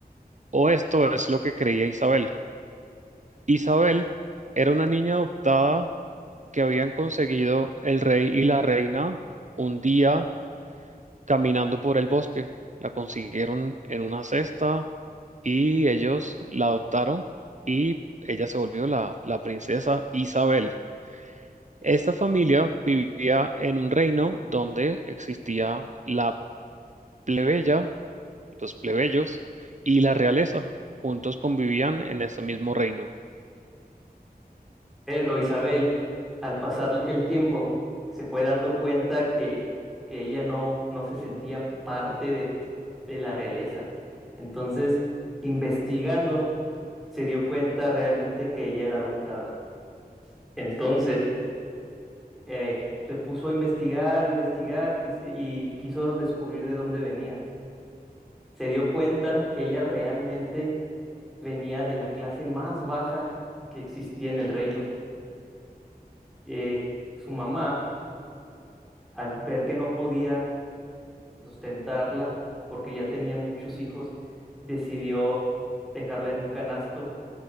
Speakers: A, on the right; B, in the centre.
A: o esto es lo que creía Isabel. Isabel era una niña adoptada que habían conseguido el rey y la reina un día caminando por el bosque. La consiguieron en una cesta y ellos la adoptaron y ella se volvió la, la princesa Isabel. Esta familia vivía en un reino donde existía la plebeya, los plebeyos y la realeza. Juntos convivían en este mismo reino.
B: Pero Isabel, al pasar el tiempo, se fue dando cuenta que, que ella no, no se sentía parte de, de la realeza. Entonces, investigando, se dio cuenta realmente que ella era adoptada. Entonces, eh, se puso a investigar, investigar y, se- y quiso descubrir de dónde venía. Se dio cuenta que ella realmente venía de la clase más baja que existía en el reino. Eh, su mamá al ver que no podía sustentarla porque ya tenía muchos hijos, decidió dejarla en un canasto